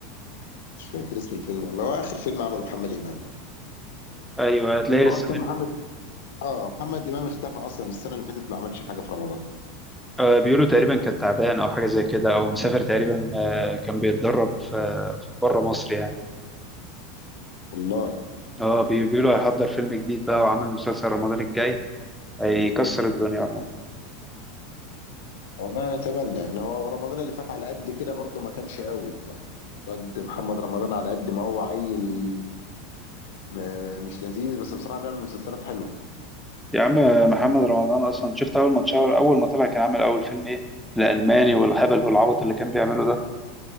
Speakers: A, on the left; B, in the centre.
A: مش فاكر اسم الفيلم والله هو آخر فيلم عمله محمد إمام
B: أيوه هتلاقيه
A: هو
B: لسه
A: أصلا محمد اه محمد إمام اختفى أصلا السنة اللي فاتت ما عملش حاجة في رمضان
B: آه، بيقولوا تقريبا كان تعبان او حاجه زي كده او مسافر تقريبا آه، كان بيتدرب في بره مصر يعني
A: والله
B: اه بي- بيقولوا هيحضر فيلم جديد بقى وعامل مسلسل رمضان الجاي هيكسر الدنيا عموما
A: والله أنا أتمنى يعني هو رمضان اللي فات على قد كده برضه ما كانش قوي يعني قد محمد رمضان على قد ما هو عيل آه، مش لذيذ بس بصراحة بيعمل مسلسلات حلوة
B: يا عم محمد رمضان اصلا شفت اول ما اتشهر اول ما طلع كان عامل اول فيلم ايه الالماني والهبل والعبط اللي كان بيعمله ده